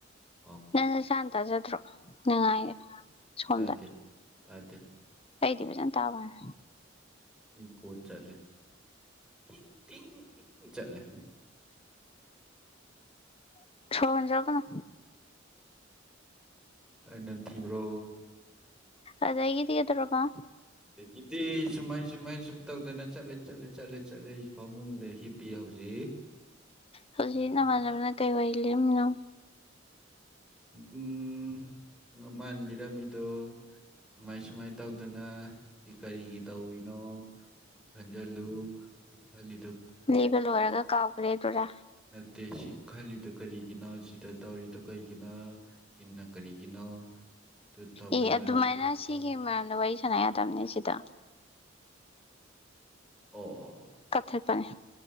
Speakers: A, in the centre; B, on the left.
A: ꯑꯣ
B: ꯅꯪ ꯅꯁꯥꯅ ꯇꯥꯖꯗ꯭ꯔꯣ ꯅꯪꯉꯥꯡꯉꯤꯗꯣ ꯁꯣꯝꯗ
A: ꯇꯥꯗꯦ ꯇꯥꯗꯦ
B: ꯑꯩꯗꯤ ꯐꯖꯟ ꯇꯥꯕ ꯋꯥꯅꯦ
A: ꯏꯀꯣ ꯆꯠꯂꯦ ꯇꯤꯡ ꯇꯤꯡ ꯆꯠꯂꯦ
B: ꯁꯣꯔ ꯍꯣꯟꯖꯜꯂꯛꯀꯅꯣ
A: ꯑꯩ ꯅꯝꯊꯤꯕ꯭ꯔꯣ
B: ꯑꯗꯒꯤꯗꯤ ꯀꯩꯗꯧꯔꯕ
A: ꯑꯗꯒꯤꯗꯤ ꯁꯨꯃꯥꯏ ꯁꯨꯃꯥꯏ ꯁꯨꯝ ꯇꯧꯗꯅ ꯆꯠꯂꯦ ꯆꯠꯂꯦ ꯆꯠꯂꯦ ꯆꯠꯂꯦ ꯑꯩꯁꯨ ꯐꯃꯨꯡꯗ ꯍꯤꯞꯄꯤꯌꯦ ꯍꯧ ꯍꯨꯖꯤꯛ
B: ꯍꯧꯖꯤꯛ ꯅꯃꯥꯟꯅꯕꯅ ꯀꯩ ꯋꯥꯔꯤ ꯂꯤꯔꯝꯃꯤꯅꯣ
A: ꯎꯝ ꯉꯝ ꯃꯥꯅ ꯂꯤꯔꯝꯃꯤꯗꯣ ꯁꯨꯃꯥꯏ ꯁꯨꯃꯥꯏ ꯇꯧꯗꯅ ꯁꯤ ꯀꯔꯤꯒꯤ ꯇꯧꯔꯤꯅꯣ ꯁꯤ ꯈꯟꯖꯜꯂꯨ ꯍꯤꯞꯐꯜꯂꯤ
B: ꯂꯤꯕ ꯂꯣꯏꯔꯒ ꯀꯥꯎꯒ꯭ꯔꯦꯗꯨꯔꯥ
A: ꯅꯠꯇꯦ ꯁꯤ ꯈꯜꯂꯤꯗꯣ ꯀꯔꯤꯒꯤꯅꯣ ꯁꯤꯗ ꯇꯧꯔꯤꯗꯣ ꯀꯩꯒꯤꯅꯣ ꯁꯤꯅ ꯀꯔꯤꯒꯤꯅꯣ ꯑꯗꯨ ꯇꯧꯕꯩ
B: ꯑꯦ ꯑꯗꯨꯃꯥꯏꯅ
A: ꯃꯔꯝ ꯀꯔꯤꯒꯤꯅꯣ
B: ꯁꯤꯒꯤ ꯃꯔꯝꯗ ꯋꯥꯔꯤ ꯁꯥꯟꯅ ꯌꯥꯗꯝꯅꯦ ꯁꯤꯗ
A: ꯑꯣ ꯑꯣ
B: ꯀꯛꯊꯠꯄꯅꯦ